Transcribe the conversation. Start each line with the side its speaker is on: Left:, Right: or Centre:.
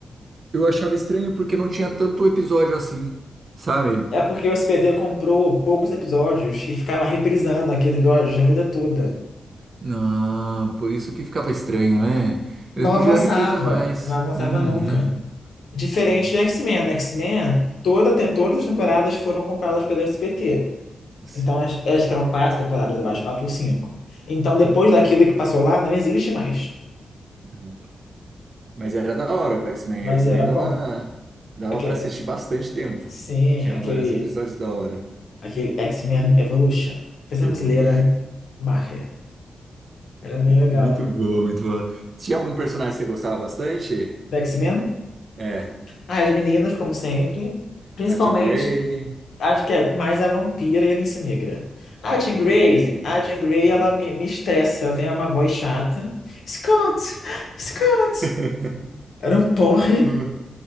Right: eu achava estranho porque não tinha tanto episódio assim, sabe?
Left: É porque o SBT comprou poucos episódios e ficava reprisando aqueles episódios a vida toda.
Right: Não, por isso que ficava estranho, né?
Left: Não
Right: Eles podiam
Left: avançava,
Right: reprisar mais.
Left: não avançava
Right: Uhum.
Left: nunca. Diferente
Right: Sim,
Left: de X-Men. No X-Men, toda, tem- todas as temporadas foram compradas pelo SBT.
Right: sim.
Left: Então, acho, é, acho que eram quatro temporadas, eu acho, quatro ou cinco. Então, depois
Right: Uhum,
Left: daquilo que passou lá, não existe mais.
Right: uhum. Mas era da hora o X-Men.
Left: Mas
Right: X-Men
Left: era
Right: dava,
Left: bom.
Right: dava
Left: Aquele,
Right: para assistir bastante tempo.
Left: sim,
Right: Tinha
Left: aquele,
Right: vários episódios da hora.
Left: aquele X-Men Evolution. Versão
Right: Eu-
Left: brasileira, Maher. Era bem legal.
Right: Muito boa, muito boa. Tinha algum personagem que você gostava bastante?
Left: Da X-Men?
Right: É,
Left: As meninas, como sempre. Principalmente,
Right: a Jean Grey,
Left: acho que é mais a vampira e a Lince Negra. A
Right: a
Left: Jean
Right: Vampira
Left: Grey,
Right: Miss Negra.
Left: a Jean Grey,
Right: Hum.
Left: ela me, me estressa. Ela tem uma voz chata. Scott! Scott!
Right: <laughs>
Left: Era um porre.
Right: Hum,